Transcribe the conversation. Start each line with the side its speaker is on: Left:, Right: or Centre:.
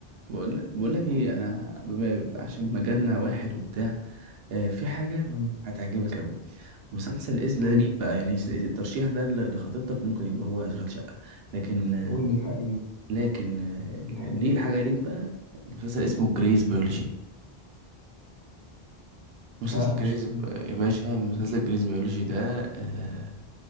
Right: بقول بقول لك
Left: مم.
Right: ايه انا بما- عشان مجالنا واحد وبتاع آه في حاجه
Left: مم.
Right: هتعجبك قوي مسلسل اسم
Left: قول
Right: ده
Left: لي
Right: ليك بقى يعني الترشيح ده ل- لخطيبتك ممكن يبقى هو اشغال شقه لكن
Left: قول لي الحقني بيه
Right: لكن آه،
Left: الحقني
Right: ليه
Left: بيه
Right: حاجة ليك بقى مسلسل اسمه جريز بيولوجي مسلسل
Left: لا ما
Right: <laughs> جريز
Left: شفتوش ده
Right: يا باشا مسلسل جريز بيولوجي ده آه